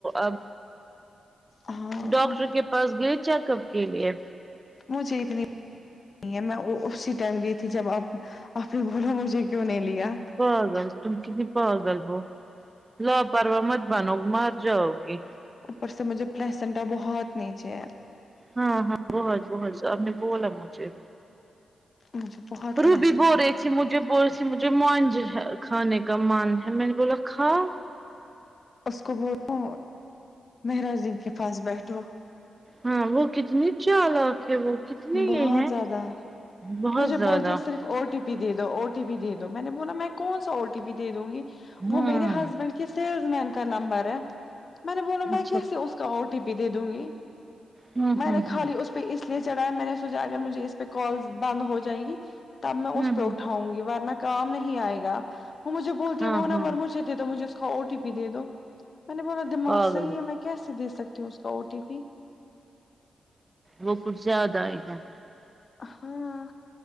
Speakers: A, on the right (about 25°); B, on the left (about 55°).
A: اب
B: ہاں
A: ڈاکٹر کے پاس گئے چیک اپ کے لیے
B: مجھے اتنی میں اسی ٹائم گئی تھی جب آپ آپ نے بولا مجھے کیوں نہیں لیا
A: پاگل تم کتنی پاگل ہو لا پرواہ مت بنو مر جاؤ گی
B: اوپر سے مجھے پلسنٹا بہت نیچے ہے
A: ہاں ہاں بہت بہت آپ نے بولا مجھے
B: مجھے بہت پلیسنٹ
A: روبی بول
B: ہے
A: رہی تھی مجھے بول مجھے مانج کھانے کا من ہے میں نے بولا کھاو
B: اس کو بولو مہراج دیدی کے پاس بیٹھو
A: ہاں وہ کتنی چالاک ہے وہ کتنی
B: بہت
A: یہ ہے
B: زیادہ
A: بہت
B: مجھے
A: زیادہ
B: بولتی ہے صرف او ٹی پی دے دو او ٹی پی دے دو میں نے بولا میں کون سا او ٹی پی دے دوں گی
A: ہاں
B: وہ میرے ہسبینڈ سیلس مین کا نمبر ہے میں نے بولا میں
A: اچھا
B: کیسے اس کا او ٹی پی دے دوں گی
A: ہوں
B: میں
A: ہوں
B: نے خالی
A: ہوں
B: اس پہ اس لیے چڑھایا میں نے سوچا اگر مجھے اس پہ کال بند ہو جائیں گی تب میں
A: ہوں
B: اس پہ
A: ہوں
B: اٹھاؤں گی ورنہ کام نہیں آئے گا وہ مجھے بولتی
A: ہاں
B: ہے وہ نمبر
A: ہاں
B: مجھے دے دو مجھے اس کا او ٹی پی دے دو میں نے بولا دماغ
A: پاگل
B: صحیح
A: ہو
B: ہے میں کیسے دے سکتی ہوں اس کا او ٹی پی
A: وہ کچھ زیادہ ہی ہیں
B: ہاں